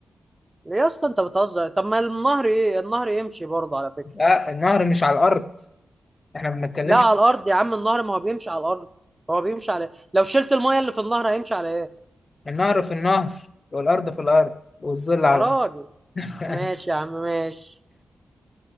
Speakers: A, on the right; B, on the left.
A: ليه يا اسطى انت بتهزر طب ما النهر ايه النهر يمشي برضه على فكره
B: لا النهر مش على الأرض احنا ما بنتكلمش
A: لا على الارض يا عم النهر ما هو بيمشي على الارض هو بيمشي على إيه؟ لو شلت المايه اللي في النهر هيمشي على ايه
B: النهر في النهر والأرض في الأرض والظل على
A: يا راجل
B: الأرض <laughs>
A: ماشي يا عم ماشي